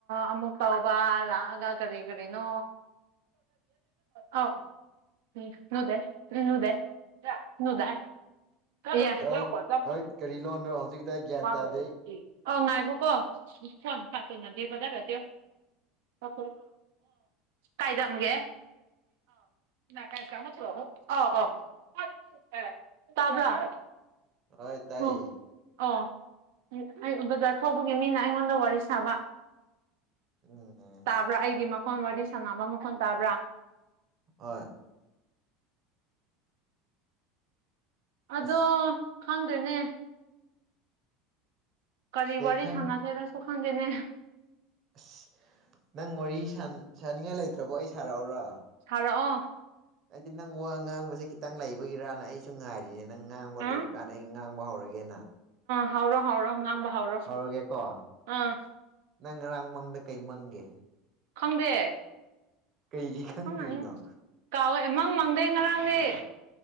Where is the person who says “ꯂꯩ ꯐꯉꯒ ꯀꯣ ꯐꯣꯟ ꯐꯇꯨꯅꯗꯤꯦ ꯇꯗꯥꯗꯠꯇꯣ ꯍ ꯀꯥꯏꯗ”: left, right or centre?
Right